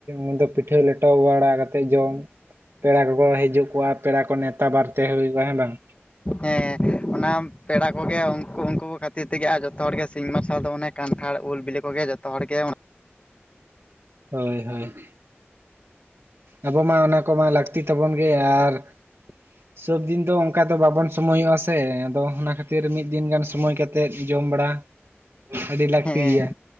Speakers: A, on the right (about 75°); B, on the left (about 30°).
A: ᱩᱱ ᱫᱚ ᱯᱤᱴᱷᱟᱹ ᱞᱮᱴᱚ ᱵᱟᱲᱟ ᱠᱟᱛᱮᱫ ᱡᱚᱢ ᱯᱮᱲᱟ ᱠᱚᱠᱚ ᱦᱤᱡᱩᱜ ᱠᱚᱣᱟ ᱯᱮᱲᱟ ᱠᱚ ᱱᱮᱶᱛᱟ ᱵᱟᱨᱛᱮ ᱦᱩᱭ ᱠᱚᱜᱼᱟ ᱦᱮᱸ ᱵᱟᱝ।
B: ᱦᱮᱸ ᱚᱱᱟ ᱯᱮᱲᱟ ᱠᱚᱜᱮ ᱩᱱᱠᱩ ᱩᱱᱠᱩ ᱠᱷᱟᱹᱛᱤᱨ ᱛᱮᱜᱮ ᱟᱨ ᱡᱚᱛᱚ ᱦᱚᱲᱜᱮ ᱥᱤᱧ ᱢᱟᱨᱥᱟᱞ ᱫᱚ ᱚᱱᱮ ᱠᱟᱱᱴᱷᱟᱲ ᱩᱞ ᱵᱤᱞᱤ ᱠᱚᱜᱮ ᱡᱚᱛᱚ ᱦᱚᱲ ᱜᱮ
A: ᱦᱳᱭ ᱦᱳᱭ ᱾ ᱟᱵᱚ ᱢᱟ ᱚᱱᱟ ᱠᱚᱢᱟ ᱞᱟᱹᱠᱛᱤ ᱛᱟᱵᱚᱱ ᱜᱮ, ᱟᱨ
B: <unintelligible>
A: ᱥᱚᱵᱫᱤᱱ ᱫᱚ ᱚᱱᱠᱟ ᱫᱚ ᱵᱟᱵᱚᱱ ᱥᱚᱢᱚᱭᱚᱜᱼᱟ ᱥᱮ ᱟᱫᱚ ᱚᱱᱟ ᱠᱷᱟᱹᱛᱤᱨ ᱢᱤᱫ ᱫᱤᱱ ᱜᱟᱱ ᱥᱳᱚᱢᱚᱭ ᱠᱟᱛᱮᱫ ᱡᱚᱢ ᱵᱟᱲᱟ ᱟᱹᱰᱤ ᱞᱟᱹᱠᱛᱤ
B: ᱦᱮᱸ
A: ᱜᱮᱭᱟ